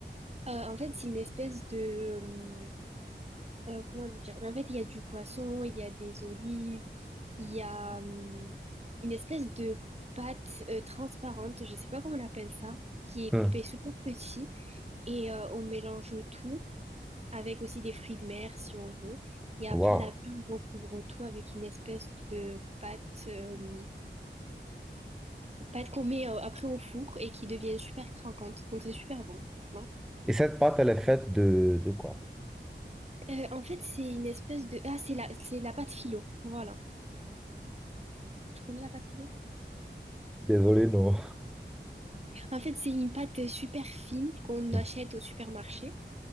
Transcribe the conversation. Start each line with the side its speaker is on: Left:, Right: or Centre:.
Right: Euh, en fait, c'est une espèce de... euh, euh, comment dire? Mais en fait, il y a du poisson, il y a des olives, il y a euh, une espèce de pâte euh, transparente, je sais pas comment on appelle ça, qui est
Centre: Hum,
Right: coupée super petit. Et euh, on mélange tout. avec aussi des fruits de mer si on veut. Et après,
Centre: Wow.
Right: à la fin, on recouvre tout avec une espèce de pâte, euh, pâte qu'on met euh, après au four et qui devient super croquante. Donc c'est super bon, franchement.
Centre: Et cette pâte, elle est faite de, de quoi?
Right: Euh, en fait, c'est une espèce de... Ah, c'est la, c'est la pâte philo. Voilà. Tu connais la pâte philo?
Centre: Désolé, non.
Right: En fait, c'est une pâte super fine qu'on
Centre: <laughs>
Right: achète au supermarché.